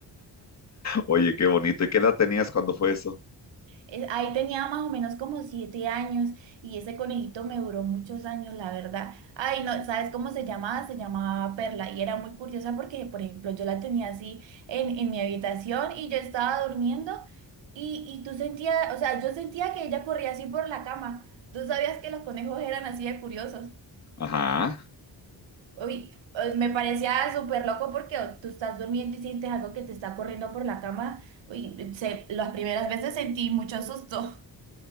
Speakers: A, on the left; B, on the right.
A: Oye, qué bonito. ¿Y qué edad tenías cuando fue eso?
B: Es- Ahí tenía más o menos como siete años y ese conejito me duró muchos años, la verdad. Ay, no, ¿sabes cómo se llamaba? Se llamaba Perla y era muy curiosa porque, por ejemplo, yo la tenía así en, en mi habitación y yo estaba durmiendo y, y tú sentías, o sea, yo sentía que ella corría así por la cama. ¿Tú sabías que los conejos eran así de curiosos?
A: Ajá.
B: Uy, eh, me parecía súper loco porque oh, tú estás durmiendo y sientes algo que te está corriendo por la cama. Uy, se- las primeras veces sentí mucho susto.